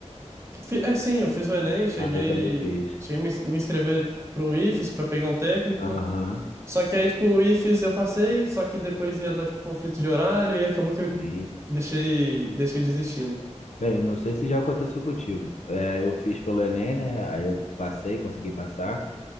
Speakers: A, on the right; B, on the left.
A: Que fi- É sim, eu fiz o Enem, cheguei
B: Ah, eu também fiz.
A: cheguei a me me inscrever pro IFES para pegar um técnico.
B: Aham.
A: Só que aí tipo o IFES eu passei, só que depois ia dar tipo conflito de horário e acabou que eu
B: Eita.
A: deixei deixei desistindo.
B: Bem, não sei se já aconteceu contigo. É, eu fiz pelo Enem, né? Aí eu passei, consegui passar.